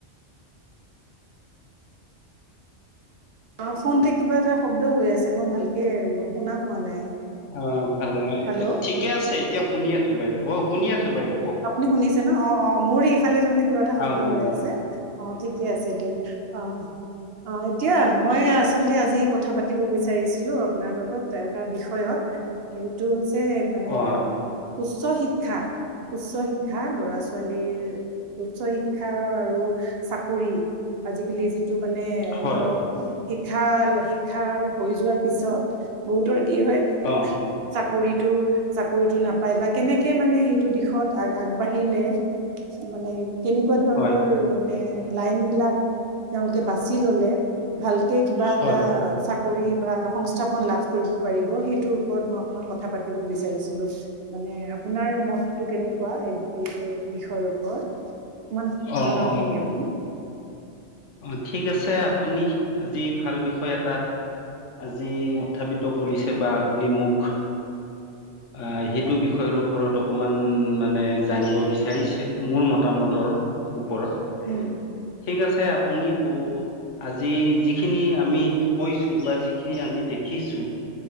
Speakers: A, on the right (about 60°); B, on the left (about 80°).
A: অ', ফোন প কিবা এটা শব্দ হৈ আছে মই ভালকে শুনা পোৱা নাই।
B: অ', ভাল
A: হেল্ল'
B: ঠিকে আছে এতিয়া শুনি আছো বাইদেউ। অ', শুনি আছো। বাইদেউ কওক
A: আপুনি শুনিছে ন? অ', অ', মোৰ এইফালে তাৰমানে কিবা এটা শব্দ
B: অ শুনিছে
A: হৈ আছে। অ', ঠিকে আছে। দ অ', অ', এতিয়া মই আচলতে আজি কথা পাতিব বিচাৰিছিলো আপোনাৰ লগত এটা বিষয়ত, সেইটো হৈ
B: অ
A: এ উচ্চ শিক্ষা। উচ্চ শিক্ষা, ল'ৰা ছোৱালীৰ উচ্চ শিক্ষা আৰু চাকৰি, আজিকালি যিটো মানে
B: হয়
A: ধৰক শিক্ষা শিক্ষা হৈ যোৱাৰ পিছত বহুতৰ কি হয়
B: অ
A: চাকৰিতটো নাপায় বা কেনেকে মানে সটো দিশত আগবাঢ়িলে মানে কেনেকুৱা ধৰণৰ
B: হয়
A: মানে লাইন বিলাক তেওঁলোকে বাচি ললে ভালকে কিবা
B: হয়
A: এটা কৰি বা সংস্থাপন লাভ কৰিব পাৰিব সেইটোৰ ওপৰত মই অকমান কথা পাতিব বিচাৰিছিলো ম মানে আপোনাৰ মততটো কেনেকুৱা এই এইটো বিষয়ৰ ওপৰত, অকণমান
B: অ
A: জনাব
B: অ
A: নেকি আপুনি?
B: অ', ঠিক আছে আপুনি আজি ভাল বিষয় এটা আজি উত্থাপিত কৰিছে বা আপুনি মোক অ সেইটো বিষয়ৰ ওপৰত অকমান মানে জানিব বিচ হাৰিছে মোৰ মতামতৰ ওপৰত।
A: উম
B: ঠিক আছে আপুনি কো আজি যিখিনি আমি কৈছো বা যিখিনি আমি দেখিছো